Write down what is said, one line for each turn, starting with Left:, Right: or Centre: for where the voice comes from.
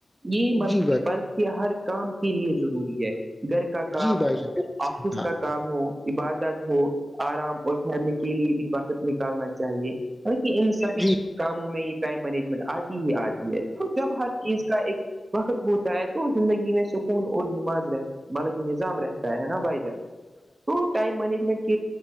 Right: یہ م
Centre: جی بھائی
Right: بلکہ ہر کام کے لیے ضروری ہے گھر کا کام
Centre: جی بھائی
Right: ہو
Centre: جان بالکل
Right: آفس کا کام ہو عبادت ہو آرام اور فہرنے کے لیے بھی بقت نکالنا چاہیے بہ ان سبھی
Centre: جی
Right: کاموں میں یہ ٹائم مینجمنٹ آتی ہی آتی تو جب ہر چیز کا ایک وقت ہوتا ہے تو زندگی میں سکون اور نماز رہ مطاک نظام رہتا ہے نا بھائی تو ٹائم مجمٹ